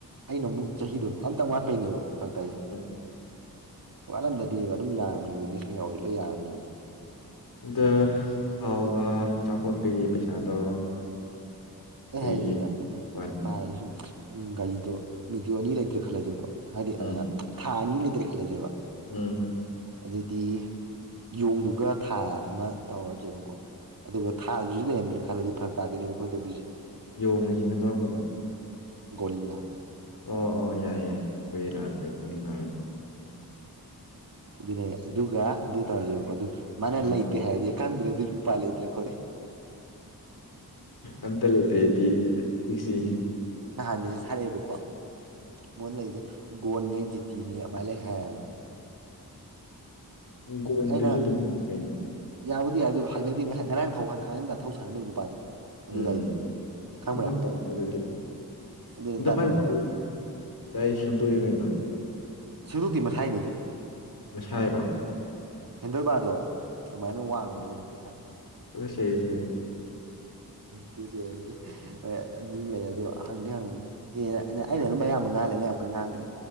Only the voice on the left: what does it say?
ꯑꯗꯣ
ꯑꯗ ꯊꯥꯎꯒ ꯆꯥꯝꯄꯣꯠꯄꯒꯤ ꯄꯩꯁꯥꯗꯣ ꯑꯗꯒꯤ
ꯋꯥꯅꯤ
ꯎꯝ
ꯎꯝ
ꯌꯣꯡꯉꯤꯁꯤꯅ ꯀꯔꯝꯕꯅꯣ
ꯑꯣ ꯑꯣ ꯌꯥꯏ ꯌꯥꯏ ꯀꯨꯏ ꯂꯥꯛꯑꯗ ꯑꯩ ꯊꯅꯤꯡꯉꯕꯅꯤ
ꯎꯝ
ꯑꯝꯇ ꯂꯩꯇ꯭ꯔꯦꯗꯤ ꯁꯤꯁꯤ
ꯪ ꯀꯣꯟꯗꯨꯁꯨ
ꯑꯗꯨꯁꯨ ꯀꯩꯅꯣ
ꯎꯝ
ꯃ ꯇ ꯑꯗꯨꯗꯤ
ꯑꯗꯨꯃꯥꯏꯅꯁꯨ
ꯗꯥꯏ ꯁꯦꯝꯗꯣꯛꯏ ꯀꯩꯅꯣ
ꯃꯁꯥꯏꯔꯣ
ꯇꯣꯁꯗꯨꯒ